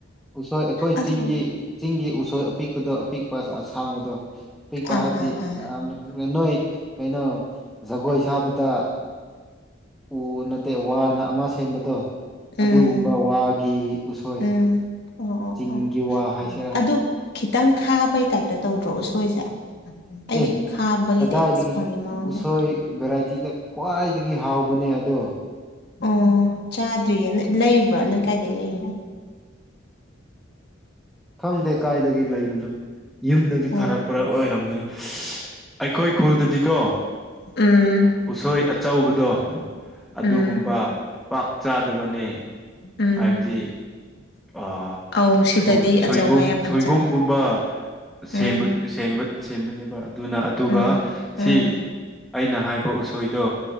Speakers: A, in the centre; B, on the left.
A: ꯎꯁꯣꯏ ꯑꯩꯈꯣꯏ
B: ꯑꯗꯨ
A: ꯆꯤꯡꯒꯤ ꯆꯤꯡꯒꯤ ꯎꯁꯣꯏ ꯑꯄꯤꯛꯄꯗꯣ ꯑꯄꯤꯛ ꯄꯤꯛꯄ ꯑꯁꯥꯡꯕꯗꯣ ꯄꯤꯛꯄ
B: ꯑꯥ
A: ꯍꯥꯏꯕꯗꯤ
B: ꯑꯥ ꯑꯥ
A: ꯌꯥꯝꯅ ꯅꯣꯏ ꯀꯩꯅꯣ ꯖꯒꯣꯏ ꯁꯥꯕ ꯇꯥ ꯎ ꯅꯠꯇꯦ ꯋꯥꯅ ꯑꯃ ꯁꯦꯝꯕꯗꯣ
B: ꯎꯝ
A: ꯑꯗꯨꯒꯨꯝꯕ ꯋꯥꯒꯤ ꯎꯁꯣꯏ
B: ꯎꯝ ꯑꯣ ꯑꯣ
A: ꯆꯤꯡꯒꯤ
B: ꯑꯣ
A: ꯋꯥ ꯍꯥꯏꯁꯤꯔꯥ
B: ꯑꯗꯨ ꯈꯤꯇꯪ ꯈꯥꯕꯩ ꯇꯥꯏꯞꯇ ꯇꯧꯗ꯭ꯔꯣ ꯎꯁꯣꯏꯁꯦ ꯑꯩꯗꯤ
A: ꯑꯦ
B: ꯈꯥꯕꯒꯤ
A: ꯀꯗꯥꯏꯗꯒꯤ
B: ꯇꯦꯁ ꯐꯪꯉꯦ ꯃꯉꯣꯟꯗꯩ
A: ꯎꯁꯣꯏ ꯚꯦꯔꯥꯏꯇꯤꯗ ꯈ꯭ꯋꯥꯏꯗꯒꯤ ꯍꯥꯎꯕꯅꯦ ꯑꯗꯣ
B: ꯑꯣ ꯆꯥꯗ꯭ꯔꯤꯌꯦ ꯂꯩꯕ꯭ꯔꯣ ꯅꯣꯏ ꯀꯥꯏꯗꯩ ꯂꯩꯔꯤꯅꯣ
A: ꯈꯪꯗꯦ ꯀꯥꯏꯗꯒꯤ ꯂꯩꯕꯅꯣ ꯌꯨꯝꯗꯒꯤ
B: ꯑꯣ
A: ꯊꯥꯔꯛꯄ꯭ꯔ ꯑꯣꯏꯔꯝꯒꯅꯤ ꯑꯩꯈꯣꯏ ꯈꯨꯜꯗꯗꯤꯀꯣ
B: ꯎꯝ
A: ꯎꯁꯣꯏ ꯑꯆꯧꯕꯗꯣ ꯑꯗꯨꯒꯨꯝꯕ
B: ꯎꯝ
A: ꯄꯥꯛ ꯆꯥꯗꯕꯅꯦ꯫
B: ꯎꯝ
A: ꯍꯥꯏꯕꯗꯤ ꯑꯥ
B: ꯑꯧ ꯁꯤꯗꯗꯤ
A: ꯁꯣꯏ ꯁꯣꯏꯕꯨꯝ
B: ꯑꯆꯧꯕ ꯌꯥꯝ
A: ꯁꯣꯏꯕꯨꯝꯒꯨꯝꯕ
B: ꯆꯥꯏ
A: ꯁꯦꯝꯕ
B: ꯎꯝ
A: ꯁꯦꯝꯕ ꯁꯦꯝꯕꯅꯦꯕ ꯑꯗꯨꯅ ꯑꯗꯨꯒ
B: ꯎꯝ
A: ꯁꯤ
B: ꯎꯝ
A: ꯑꯩꯅ ꯍꯥꯏꯕ ꯎꯁꯣꯏꯗꯣ꯫